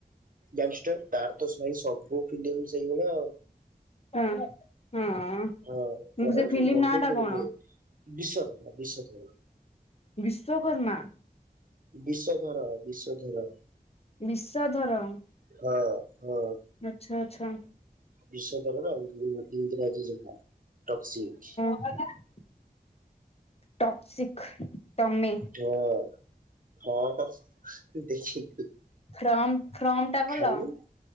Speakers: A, on the right; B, on the left.
A: ଙ୍ଗଷ୍ଟର ତାର ତାଇ ସବୁ ଫିଲମ ସେଇଭଳିଆ ଆଉ।
B: ହଁ ହଁ
A: ହଁ କହ
B: ମୁଁ ସେ ଫିଲ୍ମ
A: ସବ ମନେ
B: ନାଁ ଟା
A: ପଡୁନି
B: କଣ
A: ବିଷ ଧର ବିଷ ଧର।
B: ବିଶ୍ଵକର୍ମା।
A: ବିଶ୍ ଧର ବିଶ୍ଵଧର।
B: ବିଶଧର
A: ହଁ ହଁ
B: ଆଛା ଆଚ୍ଛା
A: ବିଶଵ ଦର ଇଂରାଜୀ ଯାହା ଟକସିକ
B: କ <unintelligible> ଟକ୍ସିିକ୍ ତମେ
A: ହଁ ହଁ ଦେଖ
B: ଫ୍ରମ ଫ୍ରମ ଟା ଭଲ
A: ଖାଲି